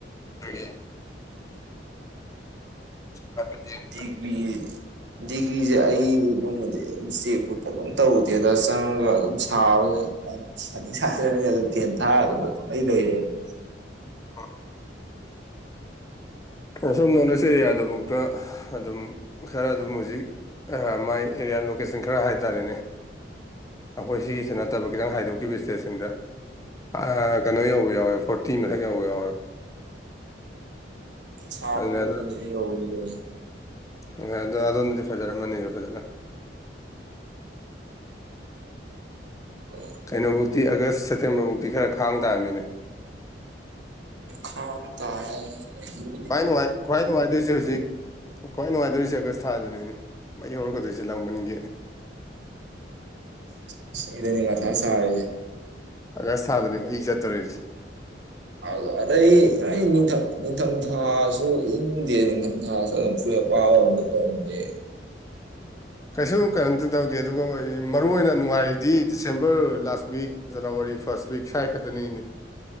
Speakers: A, on the left; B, on the right.
A: ꯗ꯭ꯔꯤꯒꯤ__ ꯍꯥꯏꯐꯦꯠ ꯌꯦꯡꯕꯗ
B: ꯗꯤꯒ꯭ꯔꯤ ꯗꯤꯒ꯭ꯔꯤꯁꯦ ꯑꯩꯕꯨ ꯅꯣꯡꯃꯇ ꯑꯗꯨꯝ ꯆꯦꯛꯄꯨ ꯑꯗꯨꯝ ꯇꯧꯔꯨꯗꯦꯗ ꯆꯪꯉꯒ ꯑꯗꯨꯝ ꯁꯥꯕꯒ ꯑ__ ꯁꯥꯅꯤꯡ ꯁꯥꯖꯅꯣꯗ ꯑꯗꯨꯝ ꯐꯦꯟ ꯊꯥꯔ ꯑꯗꯨꯝ ꯄꯪꯂꯩ ꯂꯩꯔꯦꯗ__
A: ꯍꯣꯍꯣꯏ ꯑꯁꯣꯝ ꯅꯣꯔꯠ ꯏꯁ ꯑꯦꯔꯤꯌꯥꯗꯕꯧꯇ ꯑꯗꯨꯝ ꯈꯔ ꯑꯗꯨꯝ ꯍꯧꯖꯤꯛ ꯑꯍ ꯃꯥꯏ ꯑꯦꯔꯤꯌꯥ ꯂꯣꯀꯦꯁꯟ ꯈꯔ ꯍꯥꯏꯇꯥꯔꯦꯅꯦ ꯑꯩꯈꯣꯏ ꯁꯤꯒꯤꯁꯦ ꯅꯠꯇꯕ ꯈꯤꯇꯪ ꯍꯥꯏꯗꯣꯛꯈꯤꯕ ꯏꯁꯇꯦꯠꯁꯤꯡꯗ ꯑꯥ ꯀꯩꯅꯣ ꯌꯧꯕ ꯌꯥꯎꯋꯦ ꯐꯣꯔꯇꯤ ꯃꯊꯛ ꯌꯧꯕ ꯌꯥꯎꯋꯦꯕ
B: ꯑꯊꯥꯕꯅꯤꯅ
A: ꯑꯗꯨꯅ ꯑꯗꯨ
B: ꯍꯧꯖꯤꯛ ꯌꯧꯔꯝꯗꯧꯅꯦ
A: ꯑꯍꯣꯏ ꯑꯗꯣ ꯑꯗꯨꯅꯗꯤ ꯐꯖꯔꯝꯃꯅꯦꯕ ꯐꯖꯅ
B: <unintelligible>
A: ꯀꯩꯅꯣꯐꯧꯇꯤ ꯑꯥꯒꯁ ꯁꯦꯞꯇꯦꯝꯕꯔꯐꯧꯗꯤ ꯈꯔ ꯈꯥꯡ ꯇꯥꯝꯅꯤꯅꯦ
B: ꯈꯥꯡ ꯇꯥꯔꯦ <unintelligible>
A: ꯈ꯭ꯋꯥꯏ ꯅꯨꯡꯉꯥꯏ ꯈ꯭ꯋꯥꯏ ꯅꯨꯡꯉꯥꯏꯗꯣꯏꯁꯤ ꯍꯧꯖꯤꯛ ꯈ꯭ꯋꯥꯏ ꯅꯨꯡꯉꯥꯏꯗꯣꯏꯁꯦ ꯑꯥꯒꯁ ꯊꯥꯖꯤꯅꯤꯅꯦ ꯃꯩ ꯍꯧꯔꯛꯀꯗꯣꯏꯁꯦ ꯂꯥꯡꯕꯟꯒꯤ
B: ꯍꯁ ꯑꯗꯨꯅꯦ ꯃꯊꯥ ꯁꯥꯔꯤꯖꯦ
A: ꯑꯥꯒꯁ ꯊꯥꯗꯅꯦ ꯃꯍꯤ ꯆꯠꯇꯣꯔꯤꯖꯦ
B: ꯍꯥꯎ ꯑꯗ ꯑꯩ ꯌꯥ ꯅꯤꯡꯊꯝ ꯅꯤꯡꯊꯝꯊꯥꯁꯨ ꯏꯪꯗꯦ ꯅꯤꯡꯊꯝꯊꯥꯁꯨ ꯑꯗꯨꯝ ꯁ ꯑ ꯄ ꯗꯤ
A: ꯀꯩꯁꯨ ꯀꯩꯅꯝꯇ ꯇꯧꯗꯦ ꯑꯗꯨꯒ ꯃꯔꯨ ꯑꯣꯏꯅ ꯅꯨꯡꯉꯥꯏꯔꯤꯗꯤ December last week January first week ꯁ꯭ꯋꯥꯏ ꯈꯛꯇꯅꯤꯅꯤ